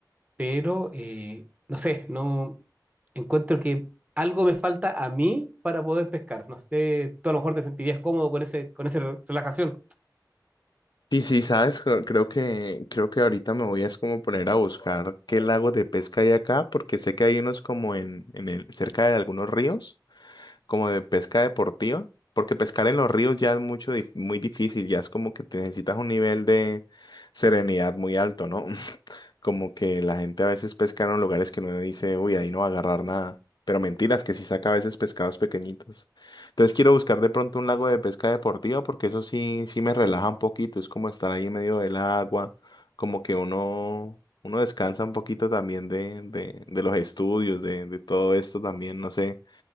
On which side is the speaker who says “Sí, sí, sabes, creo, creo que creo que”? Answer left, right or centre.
Left